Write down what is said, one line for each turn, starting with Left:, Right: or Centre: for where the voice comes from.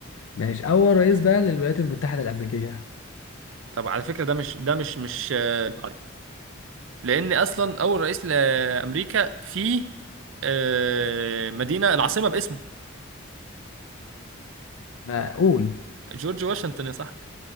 Left: ماشي أول رئيس بقى للولايات المتحدة الأمريكية
Right: طب على فكره ده مش ده مش مش آه، لان اصلا اول رئيس لامريكا في آه، مدينه العاصمه باسمه
Left: معقول
Right: جورج واشنطن يا صاحبي